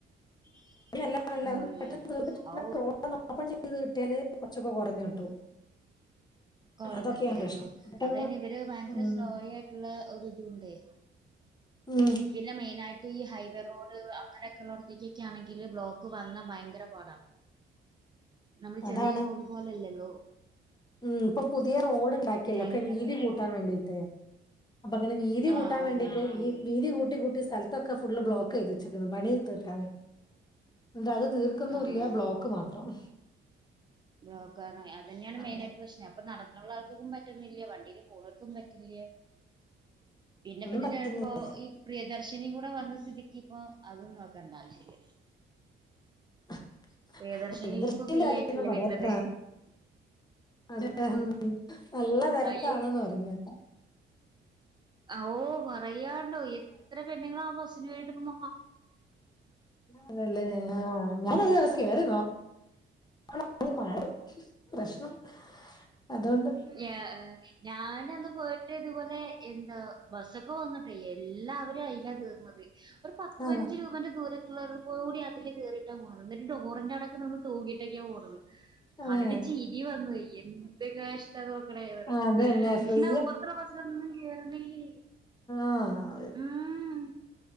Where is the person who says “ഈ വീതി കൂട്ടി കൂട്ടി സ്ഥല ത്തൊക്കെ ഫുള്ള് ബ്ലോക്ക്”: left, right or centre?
Left